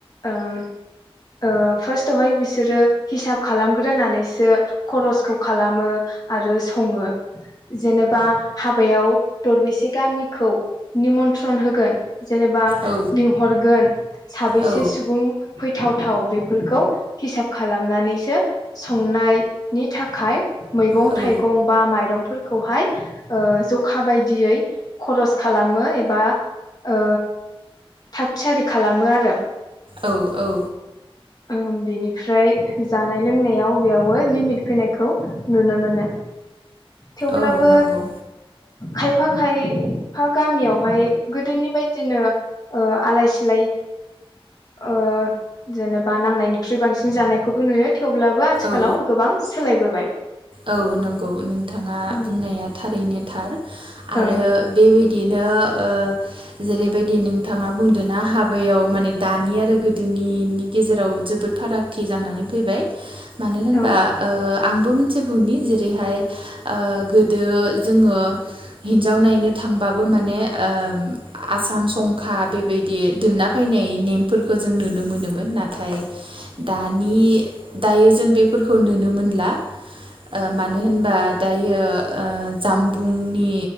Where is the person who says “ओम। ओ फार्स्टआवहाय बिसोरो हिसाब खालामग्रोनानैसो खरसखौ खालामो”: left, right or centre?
Left